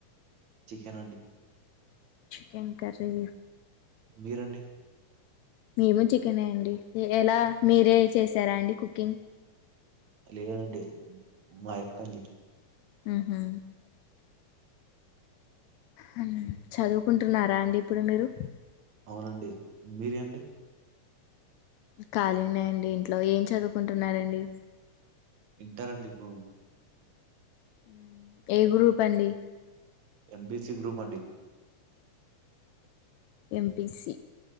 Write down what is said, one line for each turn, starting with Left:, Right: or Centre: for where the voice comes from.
Right: చికెన్ అండి
Left: చికెన్ కర్రీ
Right: మీరండి
Left: మేము చికెనే అండి ఎలా మీరే చేసారా అండి కుకింగ్
Right: లేదండి మా ఎక్కండి
Left: హ్మ్ హు హ్మ్ చదువుకుంటున్నారా అండి ఇప్పుడు మీరు
Right: అవునండి మీరండి
Left: ఖాళీనే అండి ఇంట్లో ఏం చదువుకుంటున్నారండి.
Right: ఇంటర్ అండి ఇప్పుడు
Left: మ్మ్, ఏ గ్రూప్ అండి
Right: ఎంపిసి గ్రూప్ అండి
Left: ఎంపీసీ